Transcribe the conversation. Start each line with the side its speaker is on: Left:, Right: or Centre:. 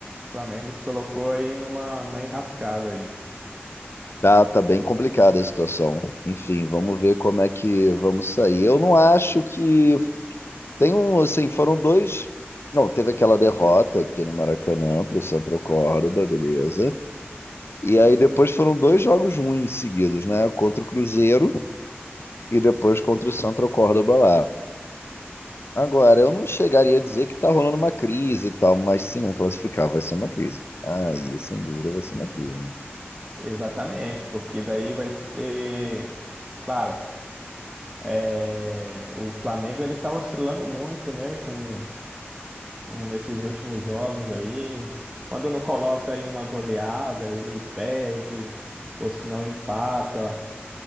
Right: O Flamengo se colocou aí numa, numa enrascada aí.
Left: Tá, tá bem complicada a situação. Enfim, vamos ver como é que vamos sair. Eu não acho que Tem um, assim, foram dois. Não, teve aquela derrota aqui no Maracanã para o Central Córdoba, beleza. E aí depois foram dois jogos ruins seguidos, né? Contra o Cruzeiro e depois contra o Central Córdoba lá. Agora, eu não chegaria a dizer que tá rolando uma crise e tal, mas se não classificar, vai ser uma crise. Aí, sem dúvida, vai ser uma crise, né?
Right: Exatamente, porque daí vai ser, claro, é, o Flamengo ele tá oscilando muito, né, com, com nesses últimos jogos aí. Quando não coloca aí uma goleada, ele perde, ou se não empata,